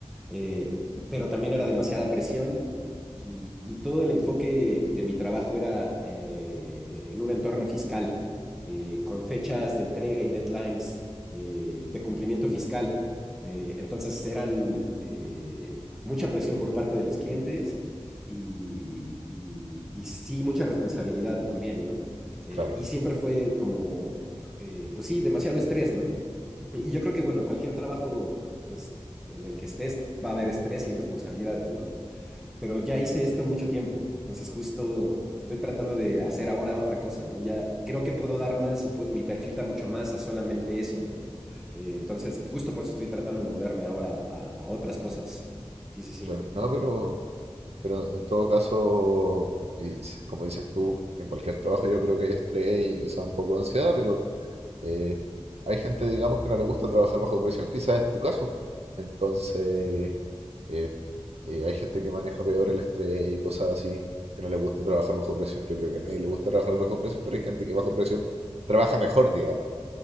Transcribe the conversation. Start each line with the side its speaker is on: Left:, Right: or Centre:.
Centre: eh, pero también era demasiada presión y, y todo el enfoque de mi trabajo era eh, eh, en un entorno fiscal, eh, con fechas de entrega y deadlines eh, de cumplimiento fiscal. Eh, entonces eran eh, mucha presión por parte de los clientes y, y- y sí mucha responsabilidad también, ¿no? Eh,
Right: claro,
Centre: y siempre fue como, eh, pues sí, demasiado estrés, ¿no? Y yo creo que, bueno, cualquier trabajo, pues, en el que estés, va a haber estrés y responsabilidades, ¿no? Pero ya hice esto mucho tiempo, entonces justo estoy tratando de hacer ahora otra cosa, ¿no? Ya creo que puedo dar más y pu- mi perfil da mucho más a solamente eso, ¿no? Eh, entonces, justo por eso estoy tratando de moverme ahora a, a otras cosas. Sí, sí, sí.
Right: claro. No, pero, pero en todo caso, y s- como dices tú, en cualquier trabajo yo creo que hay estrés y quizá un poco de ansiedad, pero Eh, hay gente, digamos, que no le gusta trabajar bajo presión, quizás es tu caso. Entonces, eh, eh, hay gente que maneja peor el estrés y cosas así, que no le gusta trabajar bajo presión. Yo creo que a nadie le gusta trabajar bajo presión, pero hay gente que bajo presión trabaja mejor, digamos.